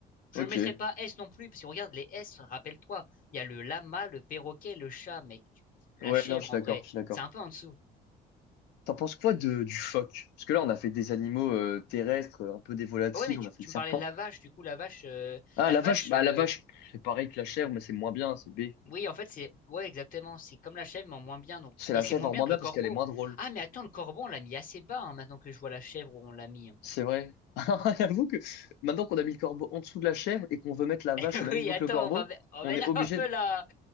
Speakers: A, on the left; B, on the left.
A: ok.
B: je le mettrais pas S non plus parce que regarde les S rappelle-toi il y a le lama le perroquet le chat mec Tu- la
A: Ouais,
B: chèvre
A: non, je suis
B: en
A: d'accord,
B: vrai
A: je suis d'accord.
B: c'est un peu en dessous
A: T'en penses quoi de, du phoque? Parce que là, on a fait des animaux euh, terrestres, un peu des volatiles,
B: Ah ouais mais tu,
A: on a fait
B: tu
A: le serpent.
B: me parlais de la vache du coup la vache euh,
A: Ah,
B: la
A: la
B: vache
A: vache, bah
B: euh,
A: la vache, c'est pareil que la chèvre, mais c'est moins bien, c'est B.
B: Oui, en fait, c'est ouais, exactement. C'est comme la chèvre, mais en moins bien. Donc...
A: C'est
B: Et
A: la
B: c'est
A: chèvre
B: moins
A: en
B: bien
A: moins
B: que
A: bien
B: le corbeau.
A: parce qu'elle est moins drôle.
B: Ah, mais attends, le corbeau, on l'a mis assez bas hein, maintenant que je vois la chèvre où on l'a mis. hein.
A: C'est vrai. <laughs> J'avoue que maintenant qu'on a mis le corbeau en dessous de la chèvre et qu'on veut mettre la vache
B: <laughs>
A: au même
B: Oui,
A: niveau
B: attends,
A: que le corbeau,
B: on va, me- on
A: on
B: va mettre
A: est obligé
B: <laughs> un peu
A: de...
B: la.